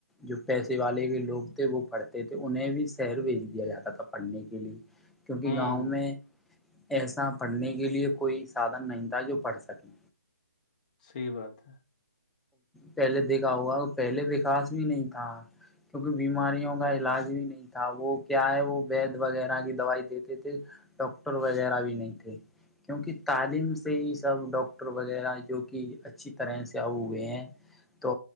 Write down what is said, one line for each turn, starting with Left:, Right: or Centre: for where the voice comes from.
Centre: جو پیسے والے کے لوگ تھے وہ پڑھتے تھے انہیں بھی سیر بھیج دیا جاتا تھا پڑھنے کے لیے کیونکہ
Left: ہوں
Centre: گاؤں میں ایسا پڑھنے کے لیے کوئی سادھن نہیں تھا جو پڑھ سکیں
Left: صحی بات ہے
Centre: پہلے دیکھا ہوا پہلے وکاس بھی نہیں تھا کیونکہ بیماریوں کا علاج بھی نہیں تھا وہ کیا ہے وہ بیڈ وغیرہ کی دوائی دیتے تھے ڈاکٹر وغیرہ بھی نہیں تھے کیونکہ تعلیم سے ہی سب ڈاکٹر وغیرہ جو کہ اچھی طرح سے ا ئے ہیں تو